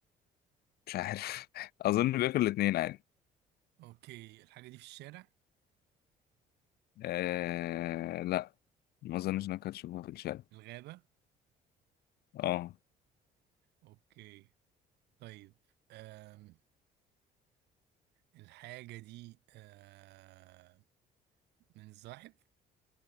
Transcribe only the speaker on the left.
مش عارف <laughs> أظن بياكل الاتنين عادي
آه... لا ما أظنش إنك هتشوفها في الشارع
اه